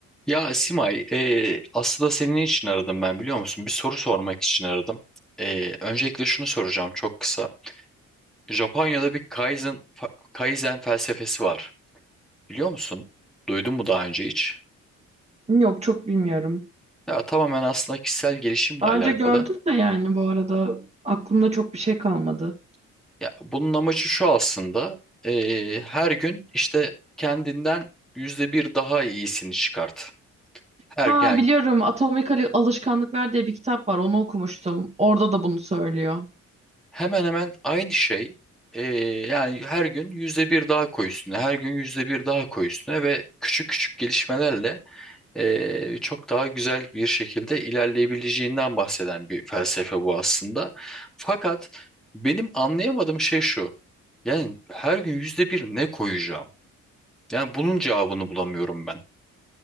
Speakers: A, in the centre; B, on the right.
A: Ya Simay, e, aslında senin için aradım ben biliyor musun? Bir soru sormak için aradım. E, öncelikle şunu soracağım çok kısa. Japonya'da bir Kaizen, fa- Kaizen felsefesi var. Biliyor musun? Duydun mu daha önce hiç?
B: Yok çok bilmiyorum.
A: Ya tamamen aslında kişisel gelişimle
B: Daha
A: alakalı.
B: önce gördüm de yani bu arada aklımda çok bir şey kalmadı.
A: Ya bunun amacı şu aslında. e, her gün işte kendinden yüzde bir daha iyisini çıkart. Her,
B: Ha
A: yani
B: biliyorum Atomik Ali- Alışkanlıklar diye bir kitap var onu okumuştum. Orada da bunu söylüyor.
A: Hemen hemen aynı şey. Ee, yani her gün yüzde bir daha koy üstüne, her gün yüzde bir daha koy üstüne ve küçük küçük gelişmelerle ee, çok daha güzel bir şekilde ilerleyebileceğinden bahseden bir felsefe bu aslında. Fakat benim anlayamadığım şey şu. Yani her gün yüzde bir ne koyacağım? Yani bunun cevabını bulamıyorum ben.